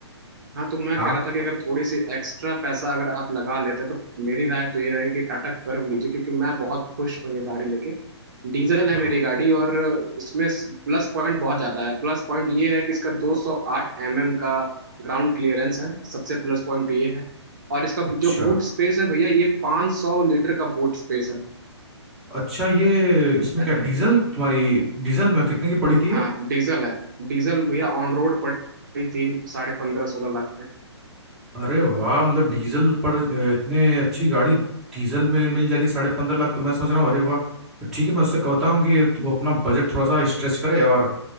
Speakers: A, on the right; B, in the centre.
A: हाँ तो मैं
B: हाँ
A: कह रहा था कि अगर थोड़ी सी एक्स्ट्रा पैसा अगर आप लगा लेते तो मेरी राय तो यही रहेगी कि टाटा कर्व लीजिए क्योंकि मैं बहुत खुश हूँ ये गाड़ी लेके डीजल है
B: हाँ।
A: मेरी गाड़ी और इसमें प्लस पॉइंट बहुत ज़्यादा है प्लस पॉइंट ये है कि इसका 208 mm का ग्राउंड क्लियरेंस है सबसे प्लस पॉइंट ये है और इसका
B: अच्छा
A: जो बूट स्पेस है भैया ये 500 लीटर का बूट स्पेस है
B: अच्छा ये इसमें
A: अज-
B: क्या डीजल तुम्हारी डीजल में कितने की पड़ी थी
A: हाँ डीजल है डीजल भैया ऑन रोड पड़ी थी साढ़े पंद्रह सोलह लाख पे,
B: अरे वाह मतलब डीजल पर अ, इतने अच्छी गाड़ी डीजल में मिल जा रही है साढ़े पंद्रह लाख तो मैं सोच रहा हूँ अरे वाह तो ठीक है मैं उससे कहता हूँ कि वो अपना बजट थोड़ा सा स्ट्रेच करे और